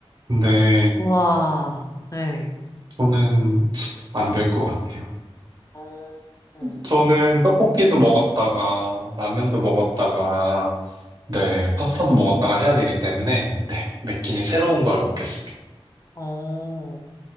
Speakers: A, on the right (about 40°); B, on the left (about 35°).
A: 근데
B: 우와, 네.
A: 저는 안 될 것 같아요.
B: 어, 음.
A: 저는 떡볶이도 먹었다가 라면도 먹었다가 네 파스타도 먹었다가 해야 되기 때문에 네 매끼니 새로운 걸 먹겠습니다.
B: 어,